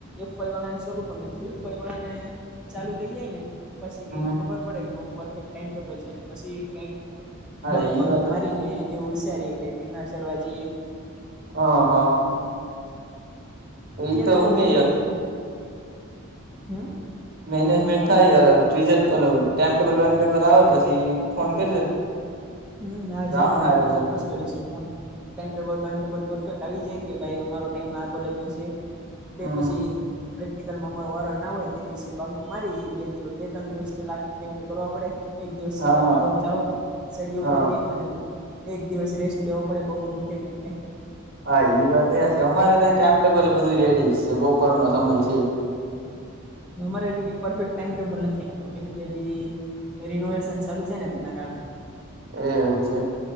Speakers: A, in the centre; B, on the right.
A: પણ નથીળને <unintelligible> ચાલુ થઈ જાય ને પછી કઈ
B: હમ
A: ખબર પડે કે હું પરફેક્ટ ટાઈમ ટેબલ છેને પછી કઈક
B: હા
A: બંક,
B: ઈ
A: બંક,
B: વાત
A: મારીને એવું વિસારીએે કે ગિરનાર ચડવા જઈએ.
B: હા. હા.
A: અત્યારે
B: ઈ હું
A: તો
B: કે
A: હજી, હમ?
B: મેનેજમેન્ટ થાય <unintelligible> ટાઈમટેબલ વામટેબલ આવે પછી ફોન કરજો.
A: હમ હા જરૂર
B: જાઉં હારે
A: જરૂર
B: બધા
A: ચોક્કસ કરીસો ફોન, ટાઈમટેબલ વામટેબલ પરફેક્ટ આવી જાય કે ભઈ અમારો ટાઈમ આ કૉલેજ નો છે. તે
B: હમ
A: પછી પ્રેક્ટિકલમાં અમારો વારો ન હોય તે દિવસે બંક મારીએ બે દિવ બે ત્રણ દિવસ લાગ કેમ કે કરવા પડે. એક દિવસ સડ
B: હા
A: આવક જાવક સડીએ
B: હા
A: ઉતરીએ અને એક દિવસ રેસ્ટ લેવો પડે, પગો દુઃખે કેમ કે
B: હા ઇ વાત એ હાચી અમારે ત્યાં તો ટાઈમટેબલ બધું રેડી છે બપોર નો સમય છે
A: અમારે હજી કઈ પરફેક્ટ ટાઈમ ટેબલ નથી આપ્યો કેમ કે હજી રિનોવેશન ચાલુ છે ને તેના કારણે
B: એ એવું છે.